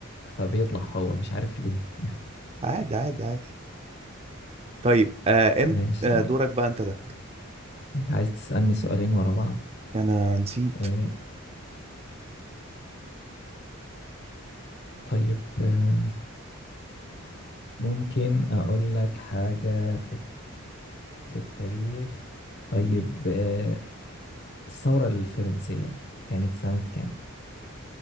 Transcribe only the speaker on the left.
فبيطلع هو مش عارف ليه <laughs>
ماشي
انت عايز تسألني سؤالين ورا بعض
اه طيب اه ممكن اقول لك حاجة في في التاريخ طيب اه الثورة الفرنسية كانت سنة كام